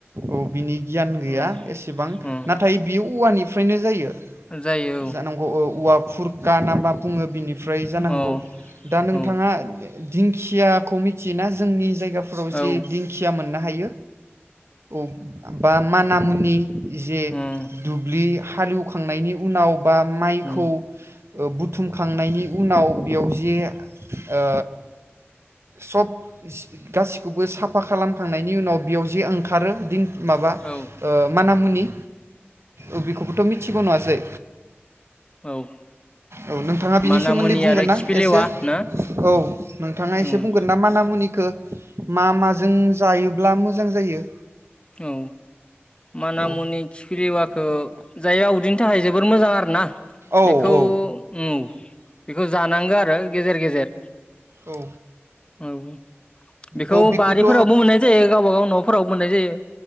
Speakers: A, on the right (about 75°); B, on the left (about 25°).
A: औ बिनि गियान गैया
B: उम
A: एसेबां
B: उम
A: नाथाय बियो औवानि फ्रायनो जायो
B: जायो
A: जानांगौ औ औवा फुर गा नामा बुङो बिनि फ्राय जानांगौ
B: औ
A: दा नोंथाङा
B: औ
A: । दिंखियाखौ मिथियोना जोंनि जायग गाफोराव जि
B: औ
A: दिंखिया मोना हायो औ। बा मानामुनि जे
B: उम
A: दुब्लि हा हालेवखांनायनि उनाव बाम माइखौ
B: उम
A: ओ बुथुमखांनायनि उनाव बेयाव जे ओ सब सि गासिखौबो साफा खालामखांनायनि उनाव बेयाव जे ओंखारो दिन माबा
B: औ
A: ओ मा नाम होनो दि औ बेखौबोथ मिथिगौ नङासै?
B: औ
A: औ नोंथाङा बिनि
B: मानामुनि
A: सोमोन्दै बुंगोन
B: आरो
A: ना
B: खिफिलेवा
A: एसे
B: ना
A: औ नोंथाङा
B: उम
A: एसे बुंगोन ना मानामुनि ओ मा माजों जायोब्ला मोजां जायो
B: औ। मानामुनि
A: औ
B: खिफिलिवाखौ जाययाव उदैनि थाखाय जोबोर मोजां आरो ना आ
A: औ
B: बेखौ
A: औ
B: उम बेखौ जानांगो आरो गेजेर गेजेर
A: औ
B: औ बेखौ
A: औ बेखौथ'
B: बारिफोरावबो मोन्नाय जायो गावबा गाव न'फोराव मोन्नाय जायो